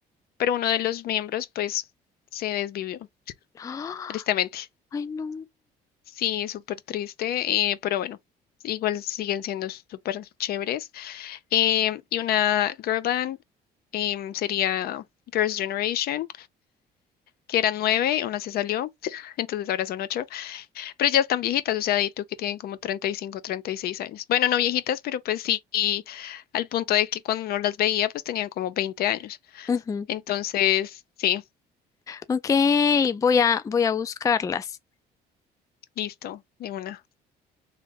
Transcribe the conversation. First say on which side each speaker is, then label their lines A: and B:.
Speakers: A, on the left; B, on the left.
A: pero uno de los miembros pues se desvivió,
B: ¡Ah!
A: tristemente.
B: Ay, no.
A: Sí, es súper triste, eh, pero bueno, igual siguen siendo súper chéveres. Em, y una girl band em, sería Girls' Generation, que eran nueve, una se salió, <laughs> entonces ahora son ocho. Pero ya están viejitas, o sea, de tú que tienen como treinta treinta y cinco, treinta y seis años. Bueno, no viejitas, pero pues sí, y al punto de que cuando uno las veía, pues tenían como veinte años.
B: Ujú.
A: Entonces, sí,
B: Ok, voy a, voy a buscarlas
A: listo, de una.